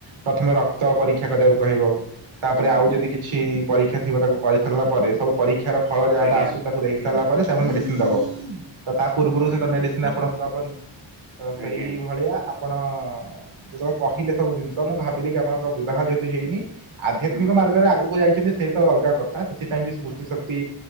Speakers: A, on the right (about 85°); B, on the right (about 30°).
A: ପ୍ରଥମେ ରକ୍ତ ପରୀକ୍ଷା କରିବାକୁ କହିବ। ତାପରେ
B: ହୁଁ
A: ଆଉ
B: ହୁଁ
A: ଯଦି କିଛି ପରୀକ୍ଷା ଥିବ ତାକୁ କରିସାରିଲା ପରେ ସବୁ ପରୀକ୍ଷା ରିକ୍ଷା ଫଳ ଯାହାଟା
B: ଆଜ୍ଞା
A: ଆସୁ ତାକୁ ଦେଖିସାରିଲା ପରେ ସେ ଆପ ଙ୍କୁ ମେଡିସିନ୍ ଦବ ତ ତା ପୂର୍ବରୁ
B: ଆଜ୍ଞା
A: ସେ ତ ମେଡିସିନ ନି ଆପଣଙ୍କୁ ଦବନି ତ ସେଇ
B: ଆଜ୍ଞା
A: ଭଳିଆ ଆପଣ ଯେତେବେଳେ କହିଲେ ସବୁ ଜିନିଷ ମୁଁ ଭାବିଲି କି ଆପଣଙ୍କ ବିବାହ ଯେହେତୁ ହେଇନି ଆଧ୍ୟାତ୍ମିକ
B: ହଁ
A: ମାର୍ଗରେ ଆଗକୁ ଯାଇଛନ୍ତି ସେ ତ ଅଲଗା କଥା ସେଥିପାଇଁ ବି ସ୍ମୃତି ଶକ୍ତି